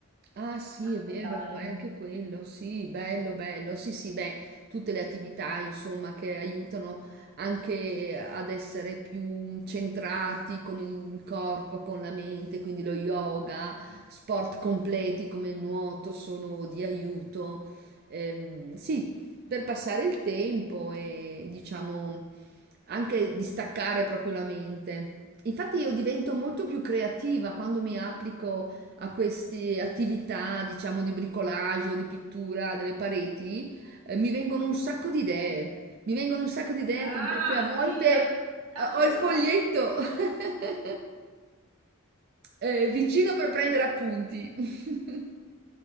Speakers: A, on the right; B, on the right.
A: Ah sì,
B: A
A: è
B: nuotare.
A: vero, fai anche quello, sì, bello, bello, sì, sì, beh, tutte le attività, insomma, che aiutano anche ad essere più centrati con il corpo, con la mente, quindi lo yoga, sport completi come il nuoto sono di aiuto, Ehm, sì, per passare il tempo e diciamo anche distaccare proprio la mente. Infatti io divento molto più creativa quando mi applico a queste attività, diciamo, di bricolage o di pittura delle pareti, eh, mi vengono un sacco di idee. Mi vengono un sacco di idee, tant'è
B: Ah,
A: che a volte
B: ti
A: eh,
B: apre, ti apre,
A: ho il foglietto
B: no?
A: <laughs> eh, vicino
B: Sì, sì.
A: per prendere appunti. <laughs>